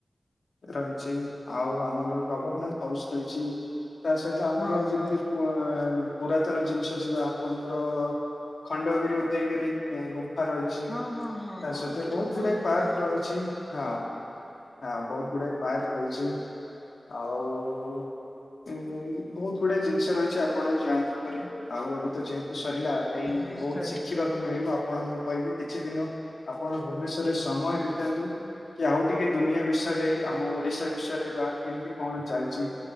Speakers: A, on the left (about 75°); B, on the left (about 15°).
A: ରହିଛି, ଆଉ ଆମର ଗଭର୍ନେଣ୍ଟ ହାଉସ୍ ରହିଛି, ତା ସହିତ ଆମର
B: ହଁ ହଁ
A: ଯେମିତି
B: ହଁ
A: ପୁ, ପୁରାତନ ଜିନିଷ ଯିବା ଆପଣଙ୍କର ଖଣ୍ଡଗିରି ଉଦୟଗିରି ଗୁମ୍ଫା ରହିଚି,
B: ହଁ ହଁ ହଁ
A: ତା ସହିତ
B: ହଁ ଏଇ
A: ବହୁତ
B: କଥା
A: ଗୁଡାଏ
B: ବି ଶୁଣିଛି
A: ପାର୍କ
B: ହଁ
A: ଚି, ହଁ, ହଁ, ବହୁତ ଗୁଡାଏ ପାର୍କ ରହିଛି। ଆଉ ଉଁ, ବହୁତ ଗୁଡାଏ ଜିନିଷ ରହିଛି ଆପଣ ଯାଆନ୍ତୁ ଥରେ, ଆଉ ଏବେ ତ ଯେହେତୁ ସରିଲା ଏଇ
B: ନିଶ୍ଚୟ
A: ବହୁତ ଶିଖିବାକୁ
B: ନିଶ୍ଚୟ
A: ମିଳିବ ଆପଣ ମୁଁ କହିବି କିଛି ଦିନ, ଆପଣ ଭୁବନେଶ୍ଵରରେ ସମୟ ବି ବିତାନ୍ତୁ। କି ଆଉ ଟିକେ ଦୁନିଆ ବିଷୟରେ, ଆମ ଓଡିଶା ବିଷୟରେ, ବା କେମିତି କଣ ଚାଲିଚି